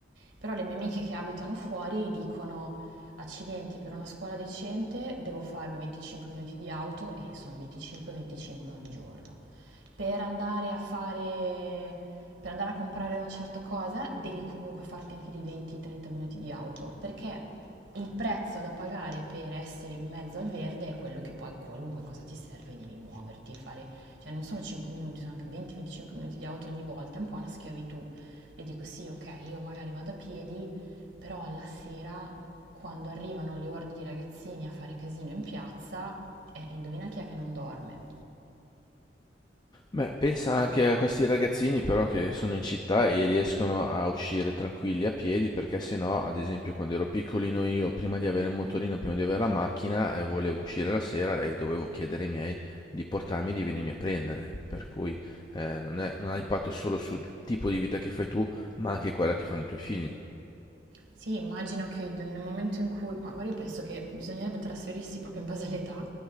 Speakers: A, on the right; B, on the left.
A: Però le mie amiche che abitano fuori dicono... Accidenti, per una scuola decente devo farmi 25 minuti di auto e sono 25-25 ogni giorno per andare a fare, per andare a comprare una certa cosa, devi comunque farti anche di 20-30 minuti di auto, perché il prezzo da pagare per essere in mezzo al verde è quello che poi qualunque cosa ti serve devi muoverti e fare, cioè non sono 5 minuti, sono anche 20-25 minuti di auto ogni volta, è un po' una schiavitù. E dico sì, ok, io magari vado a piedi, però alla sera, quando arrivano le orde di ragazzini a fare casino in piazza, eh, indovina chi è che non dorme?
B: Beh, pensa anche a questi ragazzini però che sono in città e riescono a uscire tranquilli a piedi perché se no, ad esempio, quando ero piccolino io, prima di avere il motorino, prima di avere la macchina, eh, volevo uscire la sera e dovevo chiedere ai miei di portarmi, di venirmi a prendere. Per cui eh, non è- non ha impatto solo sul tipo di vita che fai tu, ma anche quella che fanno i tuoi figli.
A: Sì, immagino che nel momento in cui, ma guarda, io penso che bisognerebbe trasferirsi proprio in base all'età.